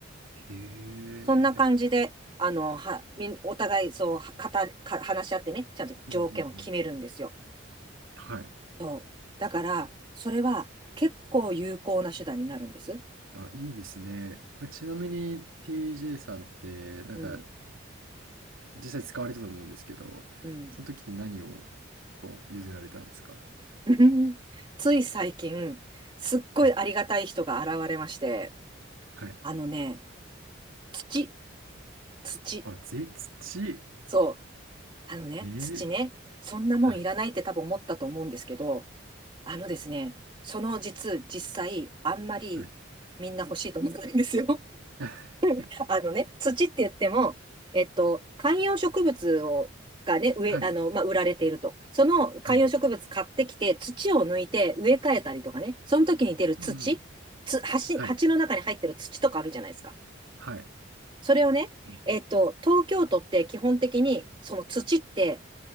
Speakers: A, on the right; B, on the right.
A: い。へえ。
B: そんな感じで、あの、は、みお互いそう、はかた、か、話し合ってね、ちゃんと条件を決めるんですよ。
A: うんうんうん。はい。
B: そう。だから、それは結構有効な手段になるんです。
A: あ、いいですね。ちなみに TJ さんって、なんか、
B: うん。
A: 実際使われたと思うんですけど、
B: うん。
A: その時って何をこう譲られたんですか
B: <laughs> つい最近、すっごいありがたい人が現れまして、
A: はい。はい。
B: あのね、土、土。
A: あ、ぜ、土。
B: そう。あのね、
A: えー、
B: 土ね、そんなもんいらないって多分思ったと思うんですけど、
A: はい。
B: あのですね、その実、実際、あんまりみんな欲しいと思ってないんですよ。
A: はい。<laughs>
B: <laughs> あのね、土って言っても、えっと、観葉植物を、がね、植え、
A: はい。
B: あの、まあ、売られていると。その観葉植物買ってきて、
A: はい。
B: 土を抜いて植え替えたりとかね、その時に出る土、
A: うん。
B: つ、鉢、
A: はい。
B: 鉢の中に入ってる土とかあるじゃないですか。
A: はい。
B: それをね、
A: うん。
B: えっと、東京都って基本的に、その土って、